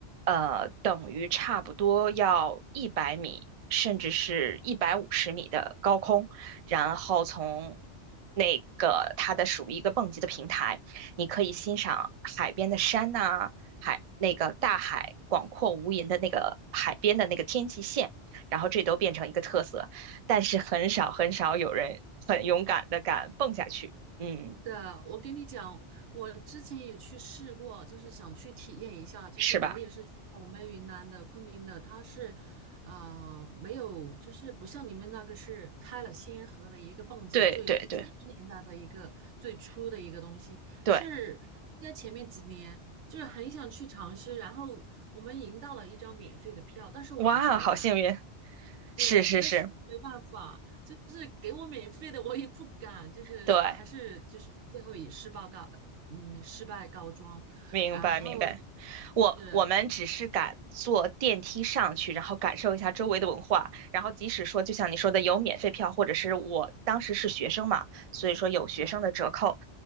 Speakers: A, on the right; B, on the right.
A: 呃，等于差不多要一百米，甚至是一百五十米的高空，然后从那个它的属于一个蹦极的平台，你可以欣赏海边的山呐、啊海那个大海广阔无垠的那个海边的那个天际线，然后这都变成一个特色，但是很少很少有人很勇敢的敢蹦下去，嗯，
B: 的，我跟你讲，我之前也去试过，就是想去体验一下。就是我也是去我们云南的昆明的，
A: 是吧？
B: 它是，呃，没有，就是不像你们那个是开了先河的一个蹦极，
A: 对对对
B: 最九十年代的一个最初的一个东西，
A: 对，
B: 是应该前面几年就是很想去尝试，然后我们赢到了一张免费的票，但是我还是没敢。
A: 哇，好幸运，
B: 对，
A: 是是是，
B: 但是没办法，就是给我免费的，我也不敢，就是还是就是最后以失败告，
A: 对。
B: 嗯，失败告终。
A: 明白明白。
B: 然后
A: 我我们只是敢坐电梯上去，
B: 是，
A: 然后感受一下周围的文化。然后即使说，就像你说的，有免费票，或者是我当时是学生嘛，所以说有学生的折扣，
B: 嗯，